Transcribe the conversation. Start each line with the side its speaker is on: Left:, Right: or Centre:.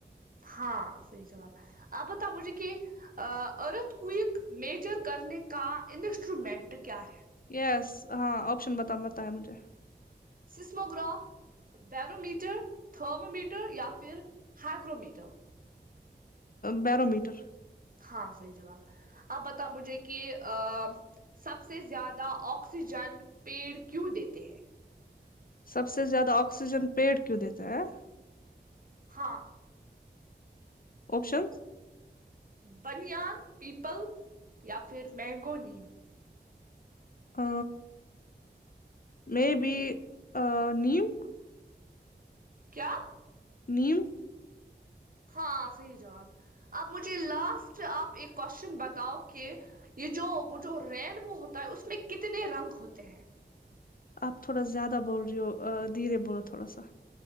Right: ہاں صحیح جواب اب بتاؤ مجھے کی آ ارتھ کویک میجر کرنے کا انسٹرومنٹ کیا ہے
Left: یس ہاں آپشن بتا بتائیں مجھے
Right: سسموگراف بیرومیٹر تھرمومییٹر یا پھر ہیگرومیٹر
Left: بیرو میٹر
Right: ہاں صحیح جواب اب بتا مجھے کہ آ سب سے زیادہ آکسیجن پیڑ کیوں دیتے ہیں
Left: سب سے زیادہ آکسیجن پیڑ کیوں دیتے ہیں
Right: ہاں
Left: آپشنز
Right: بنیان پیپل یا پھر mango name
Left: a may be نیم
Right: کیا
Left: نیم
Right: ہاں صحیح جواب اب مجھے لاسٹ آپ ایک کوشچن بتاؤ کہ یہ جو وہ جو رینبو ہوتا ہے اس میں کتنے رنگ ہوتے ہیں
Left: آپ تھوڑا زیادہ بول رہی ہو دھیرے بولو تھوڑا سا